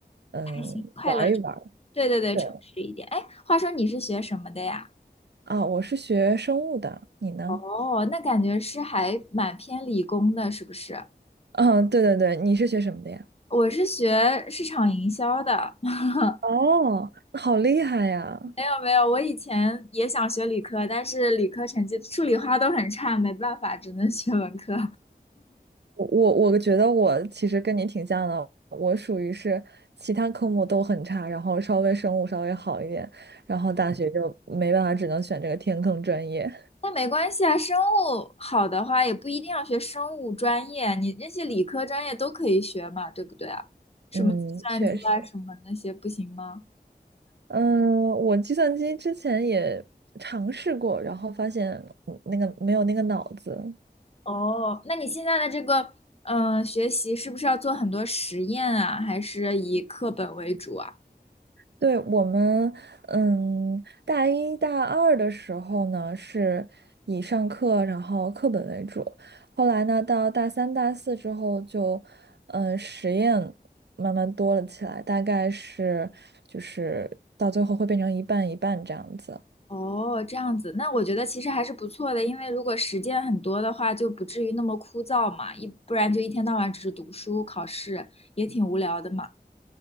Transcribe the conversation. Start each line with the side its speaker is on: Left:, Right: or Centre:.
Right: 嗯，
Left: 开心快乐着，
Right: 玩一玩
Left: 对对对，
Right: 对，
Left: 充实一点。哎，话说你是学什么的呀？
Right: 啊，我是学生物的，你呢？
Left: 哦，那感觉是还蛮偏理工的，是不是？
Right: <laughs> 嗯，对对对，你是学什么的呀？
Left: 我是学市场营销的。<laughs>
Right: 哦，好厉害呀！
Left: 没有没有，我以前也想学理科，但是理科成绩数理化都很差，没办法，只能学文科。
Right: 我我觉得我其实跟你挺像的，我属于是其他科目都很差，然后稍微生物稍微好一点，然后大学就没办法，只能选这个天坑专业。
Left: 那没关系啊，生物好的话也不一定要学生物专业，你那些理科专业都可以学嘛，对不对啊？什么计算机啊，
Right: 嗯，确实，
Left: 什么那些不行吗？
Right: 嗯，我计算机之前也尝试过，然后发现嗯那个没有那个脑子，
Left: 哦，那你现在的这个嗯、呃学习是不是要做很多实验啊，还是以课本为主啊？
Right: 对，我们，嗯，大一大二的时候呢，是以上课然后课本为主，后来呢，到大三大四之后就，嗯，实验慢慢多了起来，大概是就是到最后会变成一半一半这样子。
Left: 哦，这样子，那我觉得其实还是不错的，因为如果实践很多的话，就不至于那么枯燥嘛，一不然就一天到晚只是读书考试，也挺无聊的嘛。